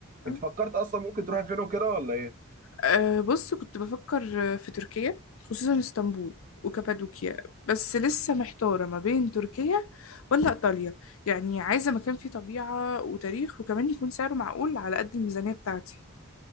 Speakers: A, on the left; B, on the right.
A: أه
B: أنت فكرت أصلا ممكن تروحي فين وكده ولا إيه؟
A: أه، بص كنت بفكر في تركيا خصوصا اسطنبول وكابادوكيا بس لسه محتاره ما بين تركيا ولا ايطاليا يعني عايزه مكان فيه طبيعه وتاريخ وكمان يكون سعره معقول على قد الميزانيه بتاعتي